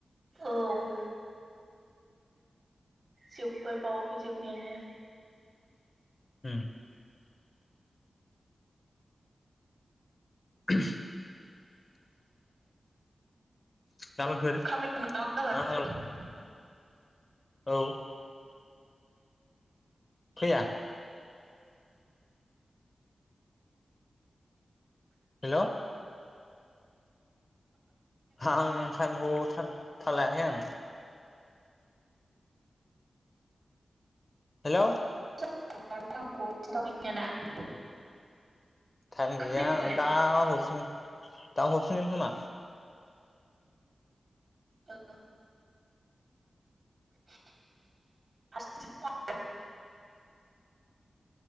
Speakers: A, on the right; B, on the left.
A: औ। जोब्बाय बावाखै जोबनायानो।
B: उम। <unintelligible> गाबोनफोर
A: खामानि मावा गाबोन
B: मा खालाम औ। फैया हेलौ आं टाइमखौ थाल लायाखै आं। हेलौ
A: <unintelligible> खिन्थाबायथायाना।
B: टाइम
A: खोनायाखै
B: गैया आं दा हरफिन। दा हरफिनगोन खोमा।
A: औ। <unintelligible>